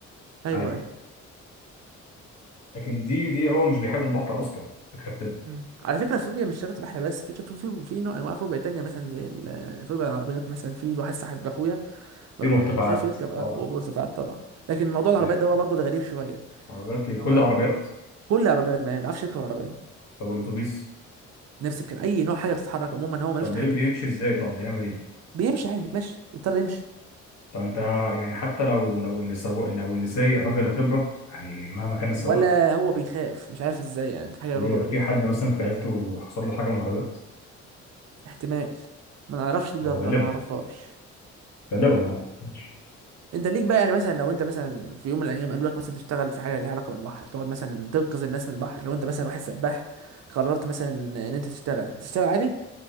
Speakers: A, on the right (about 55°); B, on the left (about 60°).
A: ايوه
B: عادي
A: ايوه
B: لكن دي دي هو مش بيحب البحر اصلا فكره في كده
A: امم على فكره الفوبيا مش شرط بحر بس في في في, في نوع انواع فوبيا تانية مثلا زي ال- فوبيا العربيات مثلا في واحد صاحب اخويا فبيخاف
B: في مرتفعات
A: يركب اه
B: اه
A: واوبر سفاعات طبعا لكن موضوع العربيات
B: بيحب.
A: ده هو برضه الغريب شويه
B: عربيات
A: هو
B: كل عربيات
A: كل العربيات ما بيعرفش يركب عربيه
B: طب والاتوبيس
A: نفس الكلام اي نوع حاجه بتتحرك عموما هو ملوش
B: طب
A: تحكم
B: بي- بيمشي
A: فيه
B: ازاي طب بيعمل ايه
A: بيمشي عادي بيتمشى بيضطر يمشي
B: طب انت يعني حتى لو لو اللي سواق لو اللي سايق راجل خبره يعني مهما كان السواق
A: ولا هو بيخاف مش عارف ازاي يعني دي حاجه
B: ليه
A: برضه
B: لو
A: غريبه
B: في حد مثلا في عيلته حصل له حاجه من العربيات
A: احتمال ما نعرفش دي برضه
B: هو غالبا
A: انا ما اعرفهاش
B: غالبا اه ماشي
A: انت ليك بقى يعني مثلا لو انت مثلا في يوم من الايام قالوا لك مثلا تشتغل في حاجه ليها علاقه بالبحر تقعد مثلا تنقذ الناس من البحر لو انت مثلا واحد سباح قررت مثلا ان انت تشتغل تشتغل عادي